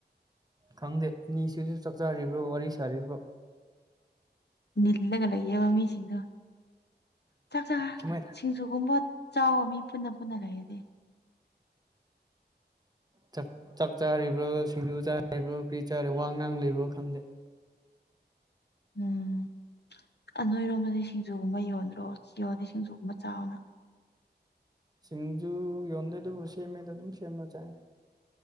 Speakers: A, on the right; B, on the left.
A: ꯈꯪꯗꯦ ꯑꯅꯤꯁꯤꯁꯨ ꯆꯥꯛꯆꯥꯔꯤꯕ꯭ꯔꯣ ꯋꯥꯔꯤ ꯁꯥꯔꯤꯕ꯭ꯔꯣ
B: ꯅꯤꯜꯂꯒ ꯂꯩꯥꯏꯌꯦꯕ ꯃꯤꯁꯤꯡꯗꯨ ꯆꯥꯛ ꯆ
A: ꯁꯨꯃꯥꯏ
B: ꯁꯤꯡꯖꯨꯒꯨꯝꯕ ꯆꯥꯎꯕ ꯃꯤ ꯄꯨꯟꯅ ꯄꯨꯟꯅ ꯂꯩꯔꯗꯤ
A: ꯆꯥꯛ ꯆꯥꯛ ꯆꯥꯔꯤꯕ꯭ꯔꯣ ꯁꯤꯡꯖꯨ ꯆꯥꯔꯤꯕ꯭ꯔꯣ ꯀ꯭ꯔꯤ ꯆꯥ ꯋꯥ ꯉꯥꯡꯂꯤꯕ꯭ꯔꯣ ꯈꯪꯗꯦ <inaudible>
B: ꯎꯝ ꯑ ꯅꯣꯏꯔꯣꯝꯗꯗꯤ ꯁꯤꯡꯖꯨꯒꯨꯝꯕ ꯌꯣꯟꯗ꯭ꯔꯣ ꯌꯣꯟꯗꯤ ꯁꯤꯡꯖꯨꯒꯨꯝꯕ ꯆꯥꯕꯅ
A: ꯁꯤꯡꯖꯨ ꯌꯣꯟꯗꯦ ꯑꯗꯨꯕꯨ ꯁꯦꯝꯃꯦꯗꯣ ꯑꯗꯨꯝ ꯁꯦꯝꯃ ꯆꯥꯏ